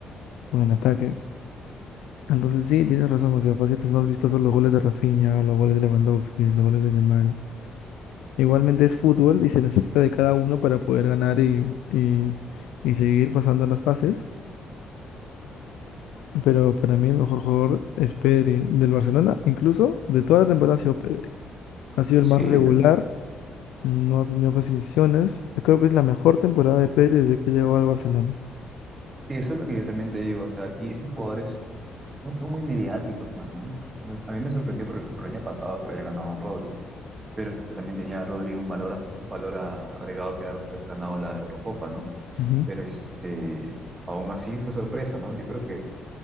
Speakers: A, on the left (about 85°); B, on the right (about 30°).
A: con el ataque. Entonces sí, tienes razón, o sea, fácil es más vistoso los goles de Rafinha, los goles de Lewandowski, los goles de Yamal. Igualmente es fútbol y se necesita de cada uno para poder ganar y, y, y seguir pasando las fases. Pero para mí el mejor jugador es Pedri del Barcelona, incluso de toda la temporada ha sido Pedri. Ha sido
B: Sí,
A: el más regular,
B: yo ta-
A: no ha tenido casi lesiones. Yo Creo que es la mejor temporada de Pedri desde que llegó al Barcelona.
B: sí, eso es lo que yo también te digo, o sea, y estos jugadores no son muy mediáticos, pues, ¿no? Entonces, a mí me sorprendió, por ejemplo, el año pasado que lo haya ganado Rodri pero también tenía Rodri un valor, a- un valor a- agregado que era haber ganado la Eurocopa, ¿no?
A: Ujú.
B: Pero este, aún así fue sorpresa, ¿no? Yo creo que